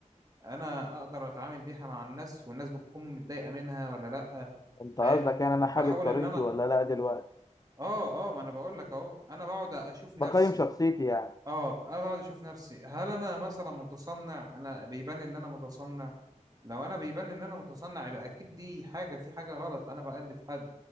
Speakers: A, on the right; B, on the left.
A: انا اقدر اتعامل بيها مع الناس والناس بتكون متضايقة منها ولا لا
B: انت
A: فاهم
B: قصدك يعني انا حابب
A: بحاول
B: طريقتي
A: ان انا
B: ولا لا دلوقتي
A: اه اه ما انا بقول لك اهو انا بقعد اشوف نفسي
B: بقيم شخصيتي يعني
A: اه انا بقعد اشوف نفسي هل انا مثلا متصنع انا بيبان ان انا متصنع لو انا بيبان ان انا متصنع يبقى اكيد دي حاجه في حاجه غلط انا بقلد حد